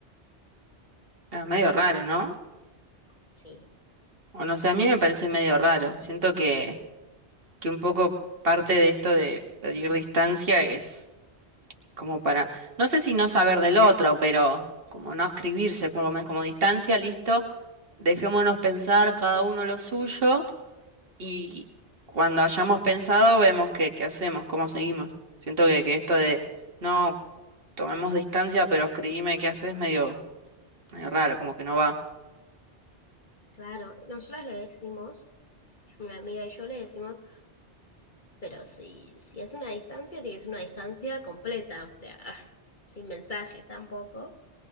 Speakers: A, on the right; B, on the left.
A: Era medio raro, ¿no?
B: Sí,
A: O no sé, a mí me parece medio raro. Siento que, que un poco parte de esto de pedir distancia es como para, no sé si no saber del otro, pero como no escribirse, por lo menos como distancia, listo, dejémonos pensar cada uno lo suyo Y cuando hayamos pensado, vemos qué, qué hacemos, cómo seguimos. Siento que, que esto de no tomemos distancia, pero escribime qué haces, medio, medio raro, como que no va.
B: claro, nosotros le decimos, una amiga y yo le decimos, pero si, si es una distancia, tiene que ser una distancia completa, o sea, <laughs> sin mensajes tampoco,